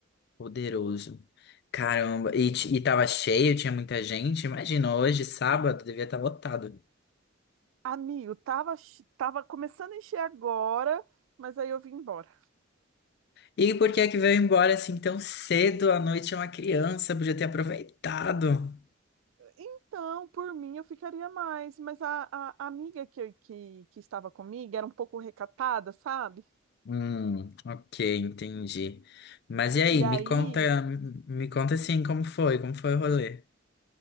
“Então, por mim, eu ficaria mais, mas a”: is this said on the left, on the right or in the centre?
Right